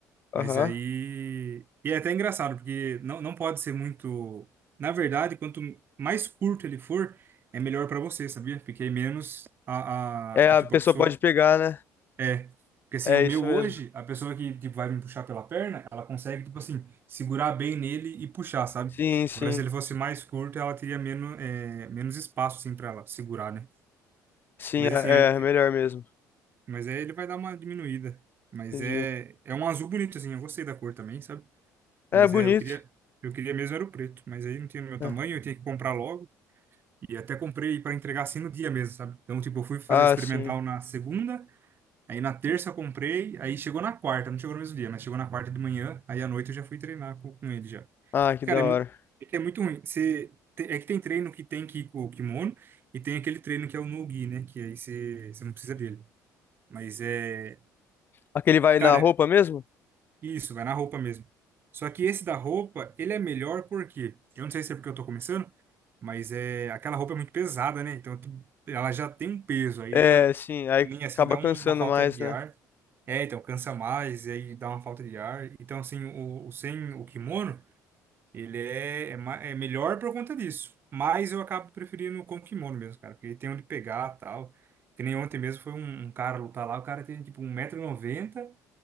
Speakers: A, on the left; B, on the right.
A: Aham.
B: Mas aí. E é até engraçado, porque não, não pode ser muito. Na verdade, quanto mais curto ele for, é melhor pra você, sabia? Porque aí menos a,
A: É,
B: a,
A: a
B: a- Tipo,
A: pessoa
B: a pessoa.
A: pode pegar, né?
B: É. Porque assim,
A: É
B: o
A: isso
B: meu
A: mesmo.
B: hoje, a pessoa que tipo, vai me puxar pela perna, ela consegue, tipo assim, segurar bem nele e puxar, sabe?
A: Sim, sim.
B: Agora, se ele fosse mais curto, ela teria menos, é, menos espaço, assim, pra ela segurar, né?
A: Sim,
B: Mas
A: é,
B: assim,
A: é melhor mesmo.
B: Mas aí ele vai dar uma diminuída. Mas
A: Entendi.
B: é, é um azul bonito, assim. Eu gostei da cor também, sabe? Mas
A: É bonito.
B: é, eu queria, eu queria mesmo era o preto. Mas aí não tinha no meu
A: né?
B: tamanho, eu tinha que comprar logo. E até comprei para entregar assim no dia mesmo, sabe? Então, tipo, eu fui fazer
A: Ah,
B: experimental
A: sim.
B: na segunda, aí na terça eu comprei, aí chegou na quarta, não chegou no mesmo dia, mas chegou na quarta de manhã, aí à noite eu já fui treinar com, com ele já.
A: Ah, que
B: Cara,
A: da
B: é muito,
A: hora.
B: é que é muito ruim. Você, te- é que tem treino que tem que ir com o kimono e tem aquele treino que é o no-gi, né? Que aí você, você não precisa dele. Mas é.
A: Aquele vai
B: Cara,
A: na roupa mesmo?
B: Isso, vai na roupa mesmo. Só que esse da roupa, ele é melhor porque, eu não sei se é porque eu tô começando, mas é aquela roupa é muito pesada, né? Então tu- ela já tem um peso, aí
A: É,
B: já
A: sim, aí
B: em assim
A: acaba
B: dá
A: cansando
B: um- uma falta
A: mais,
B: de
A: né?
B: ar. É, então cansa mais, e aí dá uma falta de ar. Então assim, o, o sem o kimono, ele é, é, ma- é melhor por conta disso. Mas eu acabo preferindo com o kimono mesmo, cara, porque ele tem onde pegar, tal. Que nem ontem mesmo foi um, um cara lutar lá, o cara tem tipo um 190 noventa